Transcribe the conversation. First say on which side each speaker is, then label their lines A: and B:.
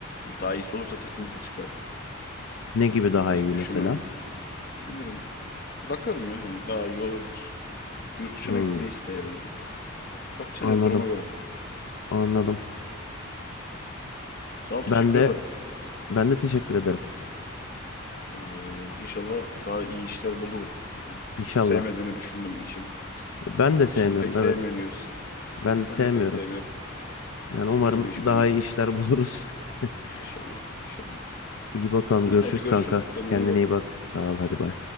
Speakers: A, on the left (about 45°); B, on the left (about 80°).
A: Daha iyisi olursa kesinlikle çıkarım.
B: Ne gibi daha
A: Hiç
B: iyi
A: düşünmem.
B: mesela?
A: Bilmiyorum. Bakalım ya. Yani daha iyi olabilir. Yurt dışına
B: Hmm,
A: gitmeyi isteyebilirim. Bakacağız
B: anladım,
A: yani duruma göre.
B: anladım.
A: Sağ ol, teşekkür
B: Ben de
A: ederim.
B: ben de teşekkür ederim.
A: Ee, inşallah daha iyi işler buluruz. Çok
B: İnşallah.
A: da sevmediğini düşündüm işin.
B: Ben de sevmiyorum,
A: İşini pek sevmiyorsun
B: evet.
A: gibisin.
B: Ben de
A: Ben
B: sevmiyorum.
A: de pek sevmiyorum.
B: Yani
A: Sıkıcı
B: umarım
A: bir iş
B: daha
A: benimki
B: iyi işler
A: de.
B: buluruz. <laughs>
A: İnşallah, inşallah.
B: İyi bakalım,
A: İyi
B: görüşürüz
A: hadi görüşürüz.
B: kanka.
A: Kendine
B: Kendine
A: iyi bak.
B: iyi bak. Sağ ol, hadi bay.